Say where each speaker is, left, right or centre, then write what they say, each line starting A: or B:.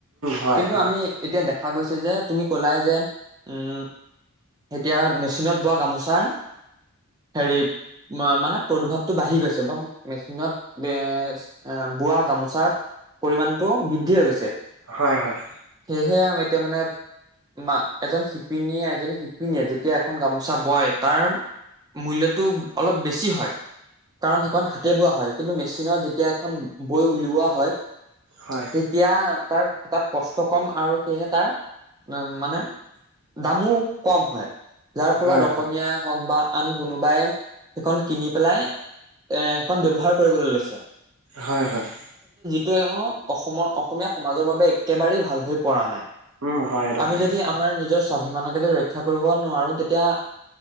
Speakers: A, on the right (about 70°); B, on the right (about 20°).
A: হয়
B: কিন্তু
A: সেইটো হয়
B: আমি এতিয়া দে দেখা গৈছে যে তুমি কলাই যে, উম এতিয়া মেচিনত বোৱা গামোচাৰ হেৰি মানে প্ৰদূৰ্ভাৱটো বাঢ়ি গৈছে বা মেচিনত এ বোৱা গামোচাৰ পৰিমাণটো বৃদ্ধি হৈ গৈছে।
A: হয়-হয়
B: সেয়াই এতিয়া মানে মা এজন শিপিনীয়ে এজনী শিপিনীয়ে যেতিয়া এখন গামোচা বয় তাৰ মূল্যটো অলপ বেছি হয় কাৰণ সেইখন হাতে বোৱা হয় কিন্তু মেচিনত যেতিয়া এখন বৈ উলিওৱা হয়
A: হয়
B: তেতিয়া তাৰ তাত কষ্ট কম আৰু সেয়েহে তাৰ ম মানে দামো কম হয় যাৰ ফলত
A: হয়
B: অসমীয়াই হওক বা আন কোনোবাই সেইখন কিনি পেলাই এ সেইখন ব্যৱহাৰ কৰিবলৈ লৈছে।
A: হয়-হয়
B: টোৱে অ অসমৰ অসমীয়া সমাজৰ বাবে একেবাৰেই ভাল হৈ পৰা নাই।
A: উম হয়
B: আমি
A: হয়
B: যদি আমাৰ নিজৰ স্বাভিমানকে যদি ৰক্ষা কৰিব নোৱাৰো তেতিয়া